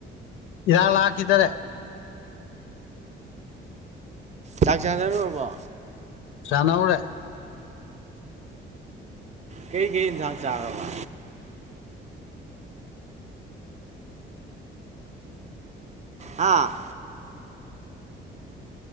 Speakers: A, on the left (about 80°); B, on the right (about 35°).
A: ꯏꯔꯥꯛ ꯂꯥꯛꯈꯤꯗꯔꯦ
B: ꯆꯥꯛ ꯆꯥꯅꯔꯨꯔꯕꯣ
A: ꯆꯅꯧꯔꯦ
B: ꯀꯩ ꯀꯩ ꯏꯟꯁꯥꯡ ꯆꯥꯔꯕ ꯍꯥꯥ